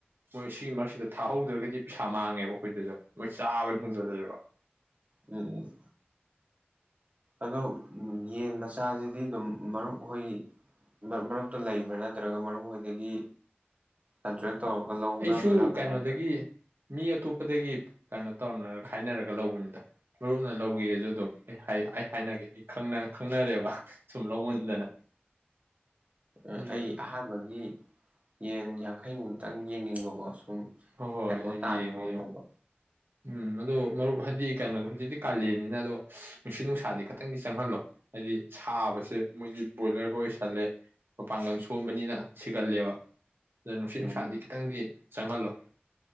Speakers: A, on the right; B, on the right.
A: ꯃꯣꯏ ꯁꯤꯒꯤ ꯃꯔꯛꯁꯤꯗ ꯊꯥꯍꯧꯗ꯭ꯔꯒꯗꯤ ꯄꯩꯁꯥ ꯃꯥꯡꯉꯦꯕ ꯑꯩꯈꯣꯏꯗꯁꯨ ꯃꯣꯏ ꯆꯥꯕꯅ ꯍꯦꯟꯖꯜꯂꯑꯦꯕ
B: ꯎꯝ ꯑꯗꯣ ꯌꯦꯟ ꯃꯆꯥꯁꯤꯗꯤ ꯑꯗꯨꯝ ꯃꯔꯨꯞ ꯍꯣꯏ ꯃꯔꯨꯞꯇ ꯂꯩꯕ꯭ꯔꯥ ꯅꯠꯇ꯭ꯔꯒ ꯃꯔꯨꯞ ꯍꯣꯏꯗꯒꯤ ꯀꯟꯇ꯭ꯔꯦꯛ ꯇꯧꯔꯒ ꯂꯧꯅꯗꯣꯏꯔꯥ
A: ꯑꯩꯁꯨ
B: ꯀꯃꯥꯏꯅ
A: ꯀꯩꯅꯣꯗꯒꯤ
B: ꯇꯧꯋꯤ
A: ꯃꯤ ꯑ ꯑꯇꯣꯞꯄꯗꯒꯤ ꯀꯩꯅꯣ ꯇꯧꯅꯔꯒ ꯍꯥꯏꯅꯔꯒ ꯂꯧꯕꯅꯤꯗ ꯃꯔꯨꯞꯅ ꯂꯧꯒꯦꯁꯨ ꯑꯗꯨꯝ ꯑꯩ ꯍꯥꯏ ꯑꯩ ꯍꯥꯏꯅꯒꯦ ꯑꯩ ꯈꯪꯅ ꯈꯪꯅꯔꯦꯕ ꯁꯨꯝ ꯂꯧꯃꯟꯗꯅ
B: ꯑ
A: ꯍꯥꯏꯗꯤ
B: ꯑꯩ ꯑꯍꯥꯟꯕꯒꯤ ꯌꯦꯟ ꯌꯥꯡꯈꯩ ꯃꯨꯛꯇꯪ ꯌꯦꯡꯅꯤꯡꯕꯀꯣ ꯁꯨꯝ
A: ꯍꯣꯏ
B: ꯀꯩꯅꯣ
A: ꯍꯣꯏ
B: ꯇꯥꯟꯕ
A: ꯌꯦꯡꯉꯣ
B: ꯑꯣꯏꯅꯀꯣ
A: ꯌꯦꯡꯉꯣ ꯎꯝ ꯑꯗꯣ ꯃꯔꯨꯞ ꯍꯥꯏꯗꯤ ꯀꯩꯅꯣꯗꯣ ꯍꯧꯖꯤꯛꯇꯤ ꯀꯥꯂꯦꯟꯅꯤꯅ ꯑꯗꯣ ꯅꯨꯡꯁꯤꯠ ꯅꯨꯡꯁꯥꯗꯤ ꯈꯇꯪꯗꯤ ꯆꯪꯍꯜꯂꯣ ꯍꯥꯏꯗꯤ ꯁꯥꯕꯁꯦ ꯃꯣꯏꯗꯤ ꯕ꯭ꯔꯣꯏꯂꯔꯒ ꯑꯣꯏꯁꯜꯂꯦ ꯃꯄꯥꯡꯒꯜ ꯁꯣꯝꯕꯅꯤꯅ ꯁꯤꯒꯜꯂꯦꯕ ꯑꯗ ꯅꯨꯡꯁꯤꯠ
B: ꯎꯝ
A: ꯅꯨꯡꯁꯥꯗꯤ ꯈꯤꯇꯪꯗꯤ ꯆꯥꯡꯍꯜꯂꯣ